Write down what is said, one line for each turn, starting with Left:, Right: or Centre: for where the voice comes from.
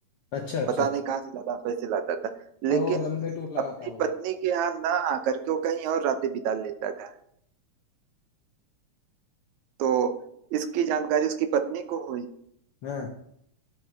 Left: अच्छा अच्छा
Right: पता नहीं कहाँ से ज्यादा पैसे लाता था लेकिन
Left: ओ लंबे टूर लगाता
Right: अपनी
Left: होगा
Right: पत्नी के यहाँ ना आकर के वो कहीं और रातें बिता लेता था तो इसकी जानकारी उसकी पत्नी को हुई
Left: हाँ